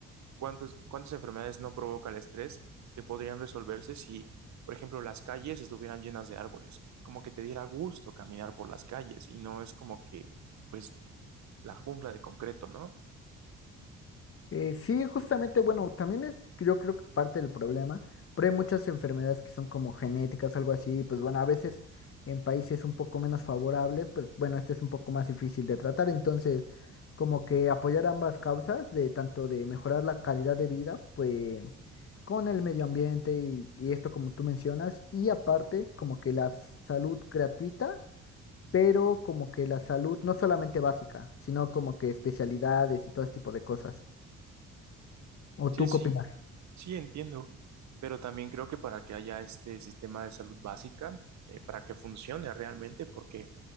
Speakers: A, on the right; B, on the left.
A: ¿Cuántas, cuántas enfermedades no provoca el estrés que podrían resolverse si, por ejemplo, las calles estuvieran llenas de árboles? Como que te diera gusto caminar por las calles y no es como que, pues, la jungla de concreto, ¿no?
B: Eh, sí, justamente, bueno, también es, yo creo que parte del problema, pero hay muchas enfermedades que son como genéticas, algo así, pues bueno, a veces en países un poco menos favorables, pues bueno, este es un poco más difícil de tratar, entonces como que apoyar ambas causas, de tanto de mejorar la calidad de vida, pues con el medio ambiente y, y esto como tú mencionas, y aparte como que la salud gratuita, pero como que la salud no solamente básica, sino como que especialidades y todo este tipo de cosas. ¿O
A: Sí,
B: tú
A: sí,
B: qué opinas?
A: sí, entiendo, pero también creo que para que haya este sistema de salud básica, eh, para que funcione realmente, porque